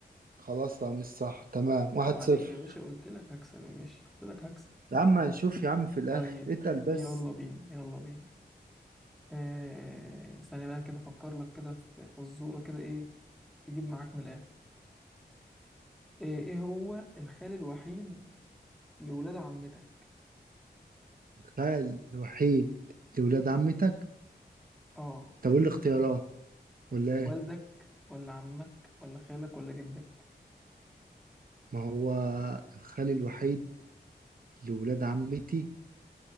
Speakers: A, on the right; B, in the centre.
A: خلاص القميص صح تمام واحد
B: عيب عليك
A: صفر
B: يا باشا قلت لك هكسب يا باشا قلت لك هكسب
A: يا عم هنشوف يا عم في الآخر
B: طيب
A: اتقل بس
B: يلا بينا يلا بينا آه، ثانية بقى كده أفكر لك كده في فزورة كده إيه تجيب معاك من الآخر آه، إيه هو الخال الوحيد لولاد عمتك؟
A: الخال الوحيد لولاد عمتك
B: آه
A: طب ايه الاختيارات ولا ايه
B: والدك ولا عمك ولا خالك ولا جدك؟
A: ما هو الخال الوحيد لولاد عمتي